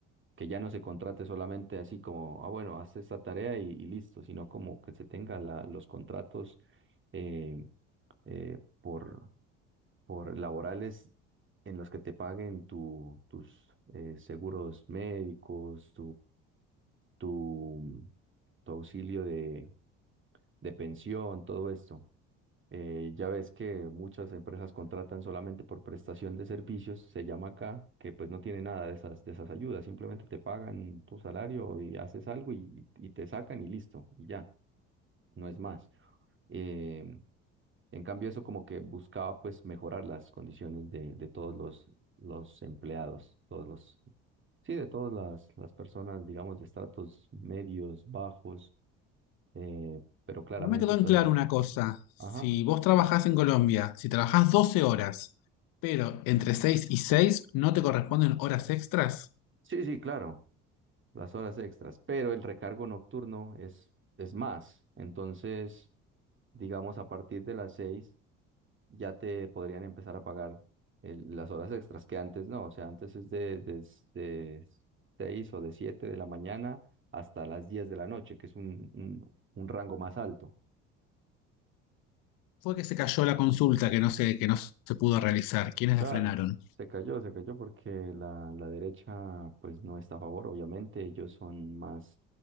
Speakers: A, on the right; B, on the left.
A: que ya no se contrate solamente así como, ah, bueno, haz esta tarea y, y listo, sino como que se tenga la- los contratos eh, eh, por, por laborales en los que te paguen tu, tus eh, seguros médicos, tu, tu auxilio de, de pensión, todo esto. Eh, ya ves que muchas empresas contratan solamente por prestación de servicios, se llama acá, que pues no tiene nada de esas, de esas ayudas, simplemente te pagan tu salario y haces algo y, y te sacan y listo, y ya, no es más. Em, en cambio, eso como que buscaba pues mejorar las condiciones de, de todos los, los empleados, todos los, sí, de todas las, las personas, digamos, de estratos medios, bajos eh, pero claramente
B: no me quedó
A: esto
B: en claro
A: no.
B: una cosa. Si
A: Ajá.
B: vos trabajás en Colombia, si trabajás 12 horas, pero entre 6 y 6 no te corresponden horas extras,
A: Sí, sí, claro, las horas extras, pero el recargo nocturno es, es más. Entonces, digamos, a partir de las seis ya te podrían empezar a pagar el- las horas extras, que antes no, o sea, antes es de, de, s- de seis o de siete de la mañana hasta las diez de la noche, que es un, un un rango más alto.
B: fue que se cayó la consulta que no se, que no se pudo realizar. ¿Quiénes
A: Claro,
B: la frenaron?
A: se cayó, se cayó porque la, la derecha pues no está a favor, obviamente ellos son más